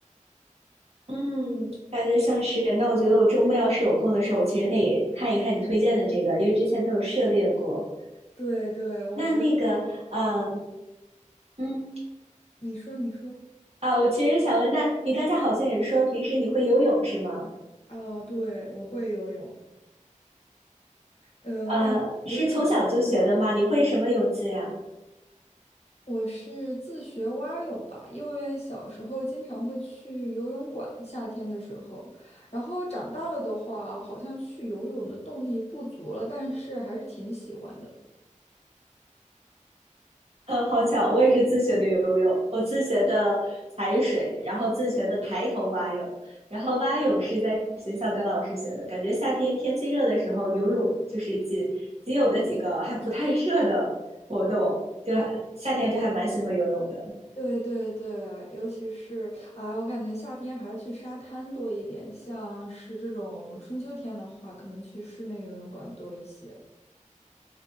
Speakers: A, on the right; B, on the left.
A: 嗯，感觉像是。那我觉得我周末要是有空的时候，我其实可以看一看你推荐的这个，因为之前都有涉猎过。
B: 对对，我觉得
A: 那那个，嗯嗯
B: 你说你说，
A: 啊，我其实想问，那你刚才好像也说平时你会游泳是吗？
B: 啊，对，我会游泳，呃，
A: 呃，
B: 但不是特别的清楚。
A: 是从小就学的吗？你会什么泳姿呀？
B: 我是自学蛙泳吧，因为小时候经常会去游泳馆，夏天的时候，然后长大了的话，好像去游泳的动力不足了，但是还是挺喜欢的。
A: 呃，好巧，我也是自学的游泳，我自学的踩水，然后自学的抬头蛙泳，然后蛙泳是在学校跟老师学的。感觉夏天天气热的时候，游泳就是仅仅有的几个还不太热的活动，就还夏天就还蛮喜欢游泳的
B: 对对对，尤其是哎，我感觉夏天还是去沙滩多一点，像是这种春秋天的话，可能去室内游泳馆多一些。